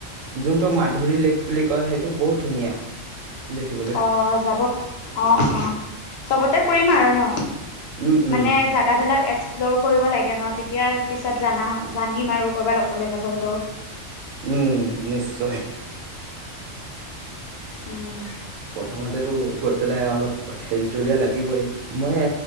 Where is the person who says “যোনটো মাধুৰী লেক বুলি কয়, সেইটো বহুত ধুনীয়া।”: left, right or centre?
Right